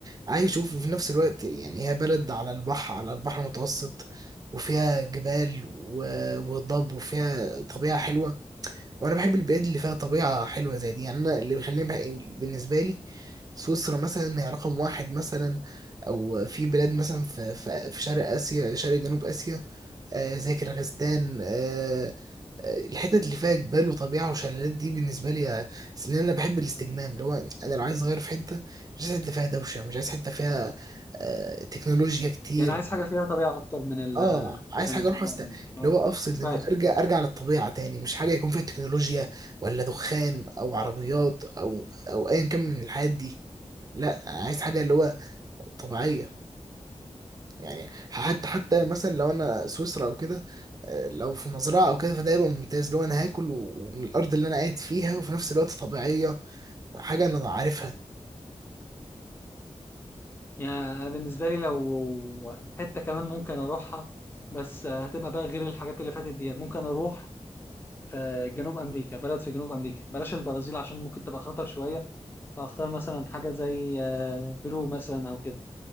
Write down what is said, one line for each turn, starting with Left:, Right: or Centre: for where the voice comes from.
Right: عايز اشوف وفي نفس الوقت يعني هي بلد على البحر على البحر المتوسط وفيها جبال و- وضب وفيها طبيعة حلوة وانا بحب البلاد اللي فيها طبيعه حلوه زي دي يعني انا اللي بيخليني بح- بالنسبه لي سويسرا مثلا هي رقم واحد مثلا او في بلاد مثلا في في, في شرق اسيا شرق جنوب اسيا آه زي كيرغستان آه آه، الحتت اللي فيها جبال وطبيعه وشلالات دي بالنسبه لي آه، أصل انا بحب الاستجمام اللي هو انا لو عايز اغير في حته مش عايز حته فيها دوشه مش عايز حته فيها آه تكنولوجيا كتير
Left: يعني عايز حاجه فيها طبيعه اكتر من ال
Right: اه عايز
Left: من
Right: حاجه
Left: العمار
Right: اروح است اللي
Left: يعني اه
Right: هو افصل دماغي
Left: فاهم
Right: ارجع
Left: فاهم.
Right: ارجع للطبيعه تاني مش حاجه يكون فيها تكنولوجيا ولا دخان او عربيات او او ايا كان من الحاجات دي لا عايز حاجه اللي هو طبيعيه يعني حتى حتى مثلا لو انا سويسرا او كده آه، لو في مزرعه او كده فده يبقى ممتاز اللي هو انا هاكل و- ومن الارض اللي انا قاعد فيها وفي نفس الوقت طبيعيه حاجه انا عارفها
Left: يعني انا بالنسبه لي لو حته كمان ممكن اروحها بس هتبقى بقى غير الحاجات اللي فاتت دي ممكن اروح في جنوب امريكا بلد في جنوب امريكا بلاش البرازيل عشان ممكن تبقى خطر شويه فاختار مثلا حاجه زي آه، بيرو مثلا او كده